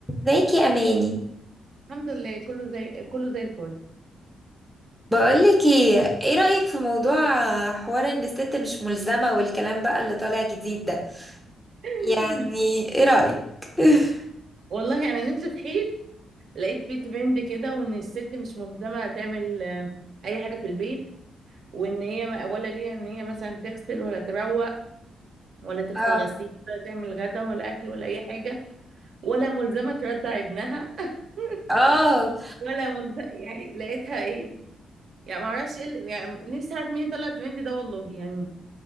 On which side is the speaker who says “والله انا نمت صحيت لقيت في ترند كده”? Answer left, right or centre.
Right